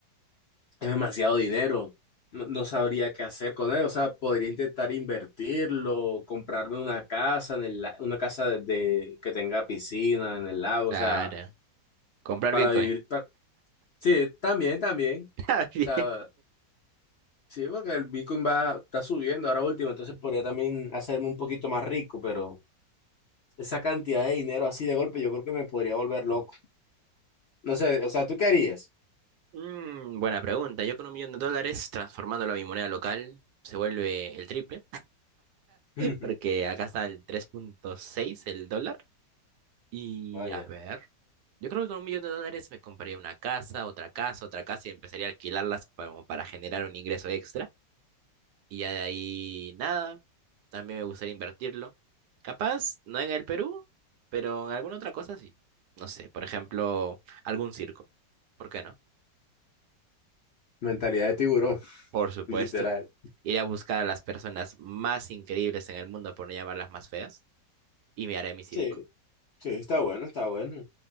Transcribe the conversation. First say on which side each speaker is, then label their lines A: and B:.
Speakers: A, on the left (about 50°); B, on the right (about 70°).
A: Es demasiado dinero. No, no sabría qué hacer con él. O sea, podría intentar invertirlo, comprarme una casa en el, la- una casa de, de- que tenga piscina en el lago.
B: Claro.
A: O sea,
B: Comprar
A: para
B: Bitcoin.
A: vivir. pa- sí, también, también.
B: <laughs> Está bien.
A: O sea, sí, porque el Bitcoin va, está subiendo ahora último. Entonces podría también hacerme un poquito más rico, pero esa cantidad de dinero así de golpe, yo creo que me podría volver loco. No sé, o sea, ¿tú qué harías?
B: Mm, buena pregunta. Yo con un millón de dólares, transformándolo a mi moneda local, se vuelve el triple,
A: <laughs>
B: porque acá está el tres punto seis el dólar. Y
A: Vaya,
B: a ver, yo creo que con un millón de dólares me compraría una casa, otra casa, otra casa y empezaría a alquilarlas como para generar un ingreso extra. Y ya de ahí, nada, también me gustaría invertirlo. Capaz, no en el Perú, pero en alguna otra cosa sí. No sé, por ejemplo, algún circo. ¿Por qué no?
A: mentalidad de tiburón,
B: Por
A: <laughs>
B: supuesto.
A: literal.
B: Iré a buscar a las personas más increíbles en el mundo, por no llamarlas más feas, y me haré mi circo.
A: Sí, sí, está bueno, está bueno.